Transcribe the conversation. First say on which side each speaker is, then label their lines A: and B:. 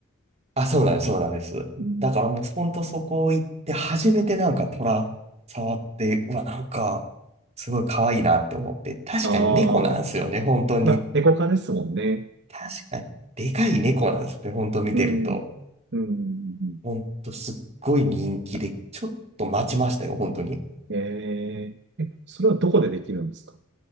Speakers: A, on the right (about 30°); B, on the right (about 55°).
A: あ、そうなんです、そうなんです。
B: うん、
A: だからもう本当そこ行って、初めてなんか虎触って、うわ、なんか、すごい可愛いなって思って、確かに猫なんですよね、
B: ああ、
A: 本当に。
B: まあ、猫科ですもんね。
A: 確かに、でかい猫なんですね、本当見てると。
B: うん。うん。
A: 本当すっごい人気で、ちょっと待ちましたよ、本当に。
B: えー、え、それはどこでできるんですか